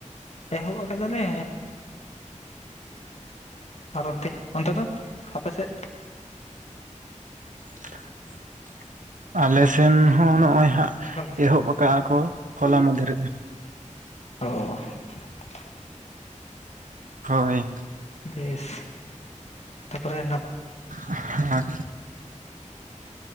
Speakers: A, on the left (about 55°); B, on the right (about 80°).
A: ᱮᱦᱚᱵ ᱟᱠᱟᱫᱟ ᱞᱮ <unintelligible> ᱚᱱᱛᱮ ᱫᱚ ᱟᱯᱮ ᱥᱮᱫ
B: <inaudible> ᱟᱞᱮ ᱥᱮᱱ ᱦᱚᱸ ᱱᱚᱜᱼᱚᱭ ᱦᱟᱸᱜ,
A: ᱚᱠᱟᱞᱮ?
B: ᱮᱦᱚᱵ ᱟᱠᱟᱜᱼᱟ ᱠᱚ, ᱦᱚᱞᱟ ᱢᱟᱸᱫᱷᱮᱨ ᱨᱮ ᱾
A: <unintelligible>
B: ᱦᱳᱭ
A: ᱵᱮᱥ ᱛᱟᱯᱚᱨᱮ
B: ᱟᱨᱮ